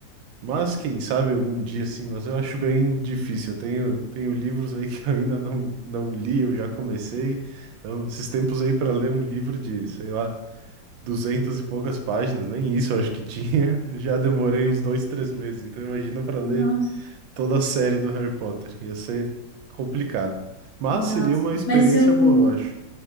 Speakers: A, on the right; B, on the left.
A: Mas quem sabe algum dia sim, mas eu acho bem difícil. Eu tenho, tenho livros aí <laughs> que eu ainda não, não li, eu já comecei. Então, esses tempos aí para ler um livro de, sei lá, duzentas e poucas páginas, nem isso eu acho que tinha, <laughs> já demorei uns dois, três meses. Então, imagina para ler
B: nossa,
A: toda a série do Harry Potter, ia ser complicado. Mas
B: nossa,
A: seria uma experiência
B: mas eu,
A: boa, eu acho.